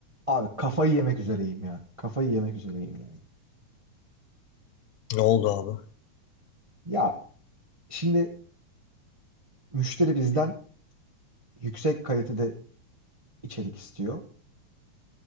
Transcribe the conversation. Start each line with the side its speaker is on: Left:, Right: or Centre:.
Right: Abi kafayı yemek üzereyim ya. Kafayı yemek üzereyim yani.
Left: Ne oldu abi?
Right: Ya şimdi müşteri bizden yüksek kalitede içerik istiyor.